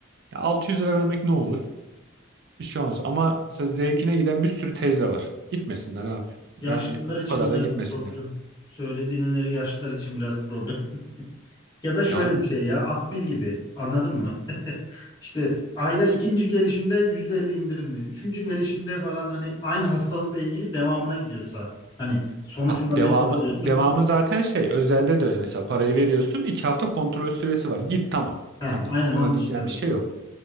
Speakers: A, on the right; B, on the left.
A: Ya 600 lira vermek ne olur? Bir şey olmaz. Ama mesela zevkine giden bir sürü teyze var. Gitmesinler abi.
B: Yaşlılar
A: Yani
B: için
A: bu kadar
B: biraz
A: da gitmesinler.
B: problem. Söylediğin öneri yaşlılar için biraz problem. Ya da şöyle
A: Ya
B: bir şey ya Akbil gibi anladın mı? <laughs> İşte ayda ikinci gelişinde %50 indirimli. Üçüncü gelişinde falan hani aynı hastalıkla ilgili devamına gidiyorsa hani sonuç
A: tam
B: randevusu
A: devamı
B: alıyorsun.
A: devamı zaten şey özelde de öyle. Mesela parayı veriyorsun 2 hafta kontrol süresi var. Git tamam.
B: Heh,
A: Hani
B: aynen
A: ona
B: onun için
A: diyeceğim
B: demek
A: bir şey
B: istedim.
A: yok.